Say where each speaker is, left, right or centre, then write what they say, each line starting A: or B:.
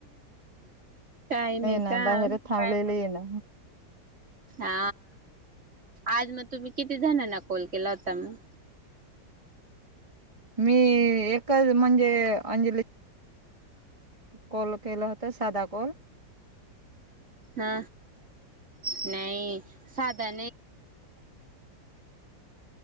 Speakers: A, on the right; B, on the right.
A: काही नाही
B: ना
A: का
B: बाहेरच थांबलेली
A: काय?
B: आहे ना
A: हा आज मग तुम्ही किती जणांना कॉल केला होता मग
B: मी एकच म्हणजे अंजली कॉल केलं होतं साधदा कॉल
A: हा नाही साध नाही.